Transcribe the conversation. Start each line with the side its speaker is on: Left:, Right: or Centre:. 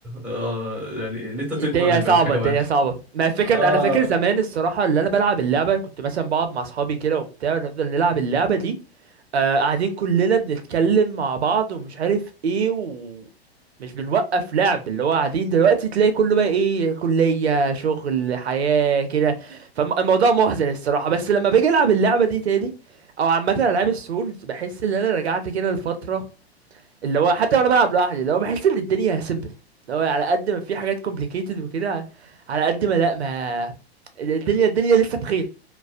Centre: آه يعني ان انت تكبر
Right: الدنيا
Centre: دي
Right: صعبة
Centre: بقت حاجه
Right: الدنيا
Centre: وحشه
Right: صعبة ما الفكرة
Centre: اه
Right: انا فاكر زمان الصراحة اللي انا بلعب اللعبة كنت مثلا بقعد مع اصحابي كده وبتاع ونفضل نلعب اللعبة دي آه قاعدين كلنا بنتكلم مع بعض ومش عارف ايه ومش بنوقف لعب اللي هو قاعدين دلوقتي تلاقي كله بقى ايه كلية شغل حياة كده فالموضوع محزن الصراحة بس لما باجي العب اللعبة دي تاني او عامة العاب السولز بحس ان انا رجعت كده لفترة اللي هو حتى وانا بلعب لوحدي اللي هو بحس ان الدنيا سيمبل اللي هو على قد ما في حاجات complicated وكده على قد ما لا ما الدنيا الدنيا لسه بخير